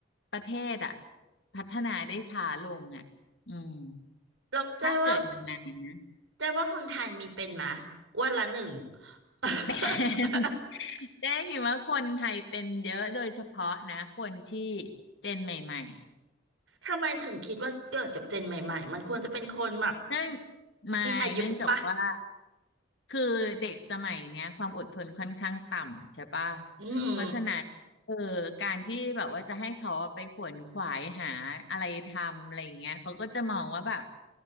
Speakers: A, on the left; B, on the right.
A: ประเทศอ่ะพัฒนาได้ช้าลงอ่ะอืม
B: แล้วเจ๊ว่า
A: ถ้าเกิดนาน
B: เจ๊ว่าคนไทยมีเป็นมะอ้วันละหนึ่ง
A: ๆ
B: <laughs>
A: <laughs> แต่ <laughs> เเห็นว่าคนไทยเป็นเยอะโดยเฉพาะนะคนที่เจนใหม่ๆ
B: ทำไมถึงคิดว่าเกิดกับเจนใหม่ๆมันควรจะเป็นคนแบบ
A: เนื่องไม่เนื่องจากว่า
B: มีอายุปะ
A: คือเด็กสมัยเนี้ยความอดทนค่อนข้างต่ำใช่ปะ
B: อืม
A: เพราะฉะนั้นเออการที่แบบว่าจะให้เขาไปขวนขวายหาอะไรทำอะไรอย่างเงี้ยเขาก็จะมองว่าแบบ